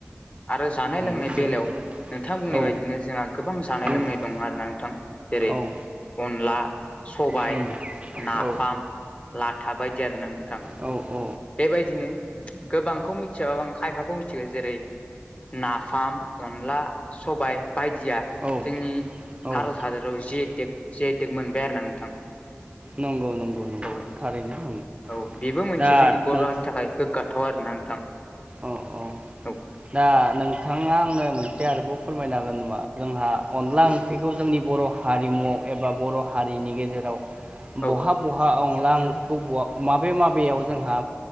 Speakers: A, on the left; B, on the right.
A: आरो जानाय
B: नंगौ
A: लोंनाय
B: सैथो
A: बेलायाव
B: खोथा
A: नोंथां बुंनाय
B: औ
A: बायदिनो जोंहा गोबां जानाय
B: औ
A: लोंनाय दं आरोना नोंथां। जेरै
B: औ
A: अनला, सबाय
B: उम
A: नाफाम
B: औ
A: लाथा बायदि आरोना नोंथां
B: औ औ
A: बेबायदिनो गोबांखौ मिथियाबाबो खायफाखौ मिथिगौ जेरै नाफाम अनला सबाय बायदिया
B: औ
A: जोंनि
B: औ
A: भारत हादराव जि आइ टेक सि आइ टेक मोनबाय आरो ना नोंथां
B: नंगौ नंगौ नंगौ
A: औ
B: थारैनो नंगौ
A: औ बेबो मोनसे
B: दा
A: जोंनि बर'नि
B: नों
A: थाखाय गोग्गाथ थाव आरोना नोंथां
B: औ औ
A: औ
B: दा नोंथाङा आंनो मोनसे आरोबाव फोरमायनो हागोन नामा जोंहा अनला ओंख्रिखौ जोंनि बर' हारिमुआव एबा बर' हारिनि गेजेराव
A: औ
B: बहा बहा अ <unintelligible> माबे माबेयाव ओ जोंहा